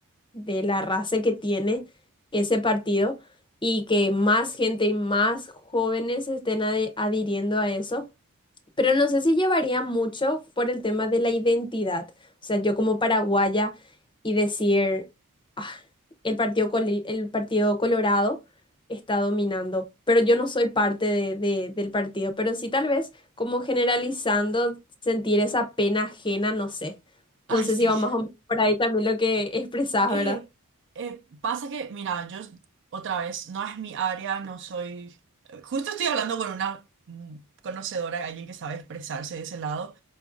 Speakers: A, on the left; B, on the right.
A: de la raza que tiene ese partido y que más gente y más jóvenes estén ade- adhiriendo a eso. Pero no sé si llevaría mucho por el tema de la identidad. O sea, yo como paraguaya y decir, "Ah, el partido, Coli- el Partido Colorado está dominando, pero yo no soy parte de- de- del partido. Pero sí tal vez como generalizando, sentir esa pena ajena, no sé. Entonces
B: Ay, sí.
A: sé si va más o menos por ahí también lo que <laughs> expresás,
B: Eh,
A: ¿verdad?
B: eh, pasa que, mira, yo otra vez, no es mi área, no soy... eh, Justo estoy hablando con una mm, conocedora, alguien que sabe expresarse de ese lado,